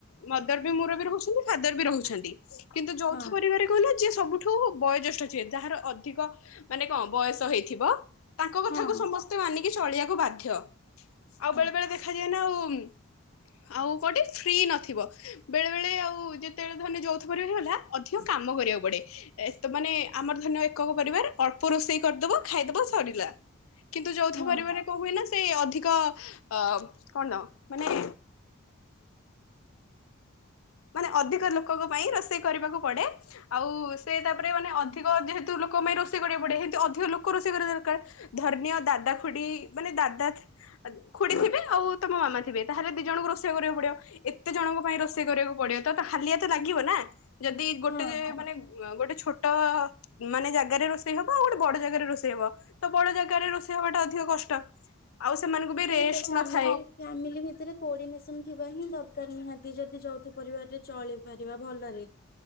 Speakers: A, on the left; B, on the left.
A: ମଦର ବି ମୁରବି ବି ରହୁଛନ୍ତି ଫାଦର ବି ରହୁଛନ୍ତି କିନ୍ତୁ ଯୌଥ
B: ହଁ
A: ପରିବାରରେ କହିଲ ଯିଏ ସବୁଠୁ ବୟୋଜ୍ୟେଷ୍ଠ ଯିଏ ଯାହାର ଅଧିକ ମାନେ କଣ ବୟସ ହେଇଥିବ? ୟ୍ୟାଙ୍କ କଥାକୁ
B: ହଁ ହଁ
A: ସମସ୍ତେ ମାନିକି ଚଳିବାକୁ ବାଧ୍ୟ ଆଉ
B: ହଁ
A: ବେଳେ ବେଳେ ଦେଖାଯାଏ ନା ଆଉ ଉଁ ଆଉ କୋଉଠି ଫ୍ରି ନଥିବ। ବେଳେ ବେଳେ ଆଉ ଯେତେବେଳେ ଧରିନିଅ ଯୌଥ ପରିବାରରେ ହେଲା ଅଧିକ କାମ କରିବାକୁ ପଡେ। ଏ ତ ମାନେ ଆମର ଧରିନିଅ ଏକକ ପରିବାର ଅଳ୍ପ ରୋଷେଇ କରିଦବ ଖାଇଦବ ସରିଲା। କିନ୍ତୁ ଯୋଉଥ
B: ହଁ।
A: ପରିବାରରେ କଣ ହୁଏ ନା ସେ ଅଧିକ ଅ କଣ ଦ ମାନେ ମାନେ ଅଧିକ ଲୋକଙ୍କ ପାଇଁ ରୋଷେଇ କରିବାକୁ ପଡେ। ଆଉ ସେ ତାପରେ ମାନେ ଅଧିକ ଯେହେତୁ ଲୋକଙ୍କ ପାଇଁ ରୋଷେଇ କରିବାକୁ ପଡେ, ହେନ୍ତି ଅଧିକ ଲୋକ ରୋଷେଇ କରିବା ଦରକାର। ଧରିନିଅ ଦାଦା, ଖୁଡି, ମାନେ ଦାଦା ଖୁଡି ଥିବେ ଆଉ ତମ ମାମା ଥିବେ ତାହେଲେ, ଦି ଜଣଙ୍କୁ ରୋଷେଇ କରିବାକୁ ପଡିବ ଏତେ ଜଣଙ୍କ ପାଇଁ ରୋଷେଇ କରିବାକୁ। ପଡିବ ତ ହାଲିଆ ତ ଲାଗିବ ନା ଯଦି ଗୋଟେ
B: ହଁ
A: ମାନେ ଗୋଟେ ଛୋଟ ମାନେ ଜାଗାରେ ରୋଷେଇ ହବ ଆଉ ଗୋଟେ ବଡ ଜାଗାରେ ରୋଷେଇ ହବ ତ ବଡ ଜାଗାରେ ରୋଷେଇ ହବାଟା ଅଧିକ କଷ୍ଟ। ଆଉ ସେମାନଙ୍କୁ ବି
B: ସେଇ
A: ରେଷ୍ଟ
B: ତ ଫ୍ୟାମିଲି
A: ନଥାଏ।
B: ଫ୍ୟାମିଲି ଭିତରେ କୋର୍ଡିନେସନ ଥିବା ହିଁ ଦରକାର ନିହାନ୍ତି ଯଦି, ଯୌଥ ପରିବାରରେ ଚଳିପାରିବା ଭଲରେ।